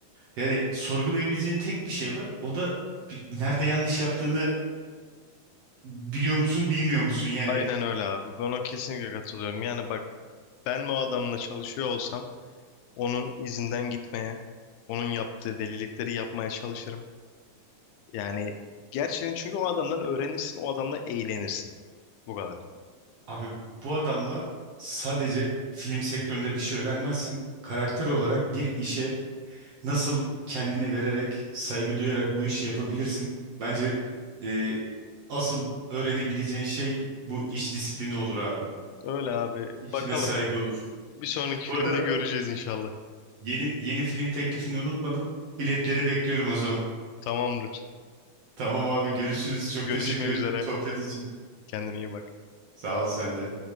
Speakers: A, on the right (about 60°); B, on the left (about 80°).
A: yani sorgulayabileceğin tek bir şey var. O da bi- nerede yanlış yaptığını biliyor musun bilmiyor musun? Yani
B: Aynen öyle abi. Ben o kesinlikle katılıyorum. Yani bak ben bu adamla çalışıyor olsam onun izinden gitmeye, onun yaptığı delilikleri yapmaya çalışırım. Yani gerçekten çünkü o adamdan öğrenirsin, o adamla eğlenirsin. Bu kadar.
A: abi bu adamla sadece film sektöründe bir şey öğrenmezsin. Karakter olarak bir işe nasıl kendini vererek saygı duyarak bu işi yapabilirsin. Bence e, asıl öğrenebileceğin şey bu iş disiplini olur abi.
B: Öyle abi. Bakalım.
A: İşine saygı olur.
B: Bir sonraki
A: Burada
B: filmde göreceğiz inşallah.
A: yeni yeni film teklifini unutmadım. Biletleri bekliyorum o zaman.
B: Tamamdır.
A: Tamam abi görüşürüz. Çok
B: Görüşmek
A: teşekkür ederim
B: üzere.
A: sohbet için.
B: Kendine iyi bak.
A: Sağ ol sen de.